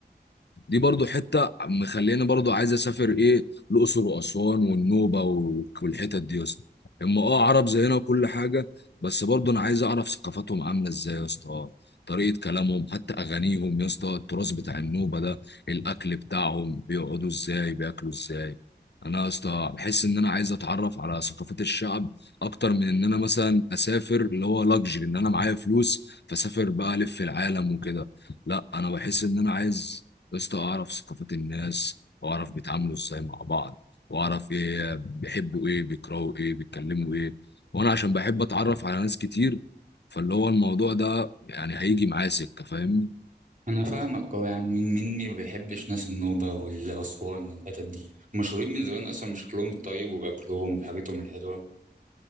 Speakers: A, on the left; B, on the right.
A: دي برضو حتة مخليني برضو عايز اسافر ايه الاقصر واسوان والنوبة و- والحتت دي يا اسطى اما اه عرب زينا وكل حاجة بس برضو انا عايز اعرف ثقافتهم عاملة ازاي يا اسطى آه، طريقة كلامهم حتى اغانيهم يا اسطى التراث بتاع النوبة ده الاكل بتاعهم بيقعدوا ازاي بياكلوا ازاي انا يا اسطى بحس ان انا عايز اتعرف على ثقافات الشعب اكتر من ان انا مثلا اسافر اللي هو لاكجري ان انا معايا فلوس فسافر بقى الف العالم وكده لا انا بحس ان انا عايز يا اسطى اعرف ثقافات الناس واعرف بيتعاملوا ازاي مع بعض واعرف ايه بيحبوا ايه بيكرهوا ايه بيتكلموا ايه وانا عشان بحب اتعرف على ناس كتير فاللي هو الموضوع ده يعني هيجي معايا سكه فاهمني
B: انا فاهمك اه يعني مين مني ما بيحبش ناس النوبة والاسوان والحتت دي مشهورين من زمان اصلا بشكلهم الطيب وباكلهم وبحاجتهم الحلوة